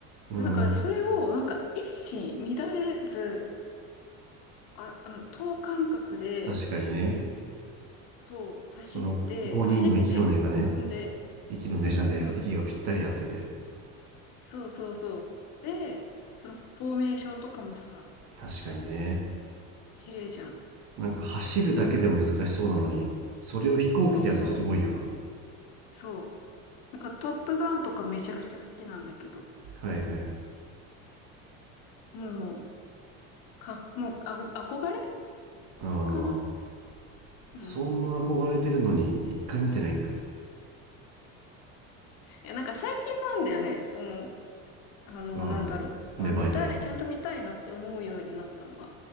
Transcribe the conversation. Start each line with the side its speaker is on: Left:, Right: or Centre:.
Right: うん
Left: だからそれを、なんか一糸乱れず、あ、あの、等間隔で、
Right: 確かにね
Left: そう、走って、
Right: その5人の息の根がね、
Left: 走って、飛んで、
Right: 息の根じゃねえや、
Left: <laughs>
Right: 息がぴったり合ってて。
Left: そうそうそうそう。で、そのフォーメーションとかもさ、
Right: 確かにね。
Left: 綺麗じゃん。
Right: なんか走るだけでも難しそうなのに、それを飛行機でやるのすごいよな。
Left: そうそう。そう。なんかトップガンとかめちゃくちゃ好きなんだけど。
Right: はいはいはい。
Left: もう、か、もう、あご、憧れ
Right: ああ、
Left: かなうん。
Right: そんな憧れてるのに一回見てないんかい。
Left: いや、なんか最近なんだよね。その、あの、
Right: ああ、
Left: なんだろう。
Right: 芽生えたのが。
Left: あ、見たい、ちゃんと見たいなって思うようになったのが。